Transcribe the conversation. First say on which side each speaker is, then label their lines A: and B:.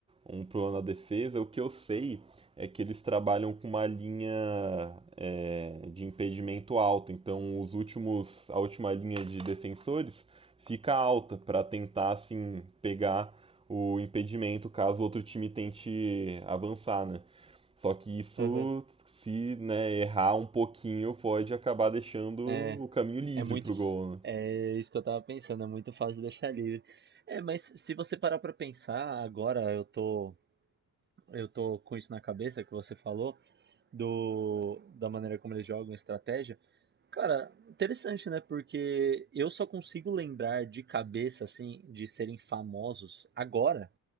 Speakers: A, on the right; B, on the right.
A: um plano na defesa. O que eu sei é que eles trabalham com uma linha é, de impedimento alta. Então, os últimos, a última linha de defensores fica alta para tentar assim pegar o impedimento caso o outro time tente avançar, né? Só que isso,
B: Aham.
A: se né, errar um pouquinho, pode acabar deixando
B: É,
A: o caminho livre
B: é muito.
A: pro gol, né?
B: É isso que eu tava pensando, é muito fácil deixar livre. É, mas se você parar pra pensar, agora eu tô, eu tô com isso na cabeça que você falou. do, da maneira como eles jogam estratégia. Cara, interessante, né? Porque eu só consigo lembrar de cabeça, assim, de serem famosos agora,